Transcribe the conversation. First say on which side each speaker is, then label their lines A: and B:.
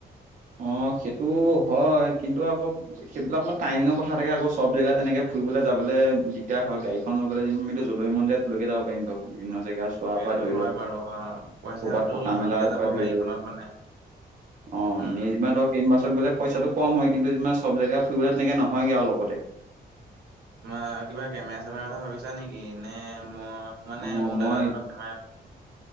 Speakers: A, on the right; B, on the right.
A: অ সেইটো হয় কিন্তু আকৌ সেইবিলাকৰ টাইমিঙৰ কথা থাকে আকৌ চব জেগা তেনেকে ফুৰিবলৈ যাবলে দিগদাৰ হয় গাড়ীখন লৈ গ'লে যেনো জলৈমন য়ায তলৈকে যাব পাৰিম ধৰ বিভিন্ন জেগা চোৱাৰ
B: সেইটো
A: পৰা ধৰি
B: হয়
A: লৈ
B: বাৰু অ পইচা
A: ক'ৰবাত থকা
B: অলপ
A: মেলাৰ
B: ভালকে যাব
A: পৰা ধৰি
B: গাড়ীখনত
A: লৈ
B: মানে!
A: অ
B: উম
A: এনে ধৰক ট্ৰেইন বাছত গলে পইচাটো কম হয় কিন্তু তোমাৰ চব জেগাই ফুৰিবলে তেনেকে নহয়গে আৰু লগতে
B: তোমাৰ কিবা কেমেৰা চেমেৰা কথা ভাবিছা নেকি নে মই মানে
A: অ
B: মোৰ
A: মই
B: দাদাজনক! <unintelligible>